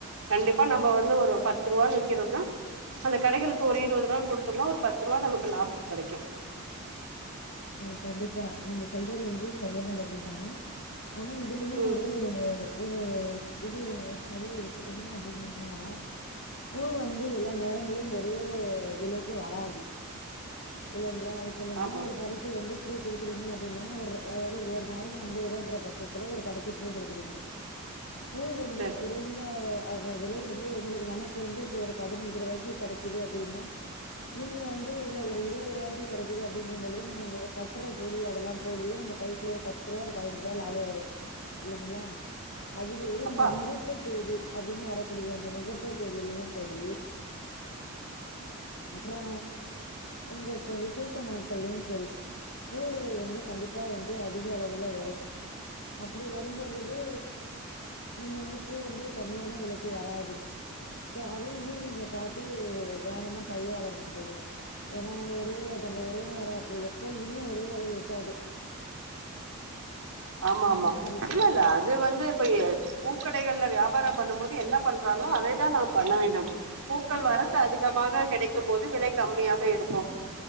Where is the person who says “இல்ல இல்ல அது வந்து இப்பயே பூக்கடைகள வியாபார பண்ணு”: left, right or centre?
Right